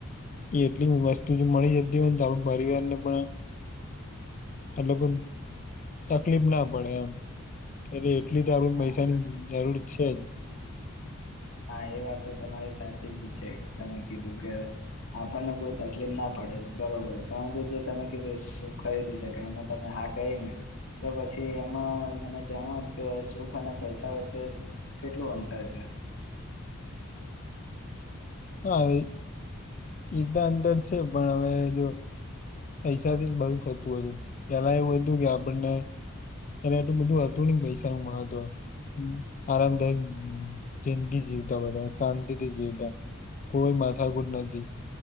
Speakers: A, on the left; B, on the left.
A: એ એટલી વસ્તુ જો મળી જતી હોય ને તો આપ પરિવાર ને પણ એટલે કો તકલીફ ના પડે એમ. અરે એટલી જરૂર
B: હા
A: પૈસાની જરૂર છે જ.
B: હા એ વાત તો તમારી સાચી જ છે તમે કીધું કે આપણને કોઈ તકલીફ ના પડે બરોબર પરંતુ જે તમે કીધું સુૂખ ખરીદી શકાય એમાં તમે હા કહિ ને તો પછી એમાં મને જણાવો કે સુખ અને પૈસા વચ્ચે કેટલું અંતર છે?
A: હા, ઈદા અંદર છે પણ હવે જો પૈસા થી જ બધુ થતું હતુ, પેલા એવું હતું કે આપણને ત્યારે એટલું બધું હતું ને પૈસા નનું મહત્વ. આરામદાયક જિંદગી જીવતા બધા શાંતિથી જીવતા. કોઈ માથાકુટ નતી.